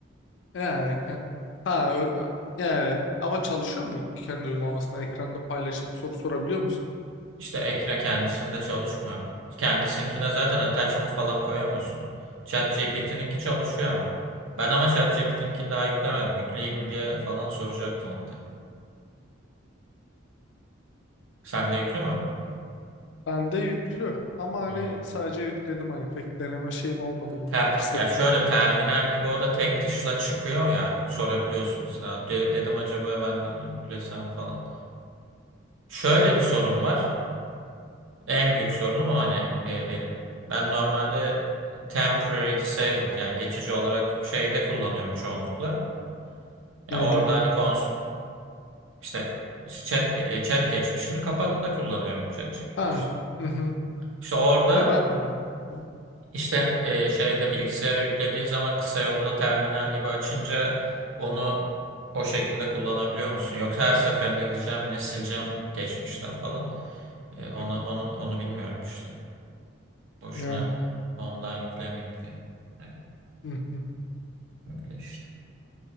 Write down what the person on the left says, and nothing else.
Yani, ke- ha, ö- yani ama çalışıyor mu kendi uygulamasına ekranını paylaşıp soru sorabiliyor musun?
Hmm.
Ben de yüklü ama hani
sadece yükledim hani pek deneme şeyim olmadı yani
de fırsatım
olmadı.
Hmm.
Neydi?
Ha.
mhm.
Ya ben de ben de. O-
mhm.
Ya,
mhm.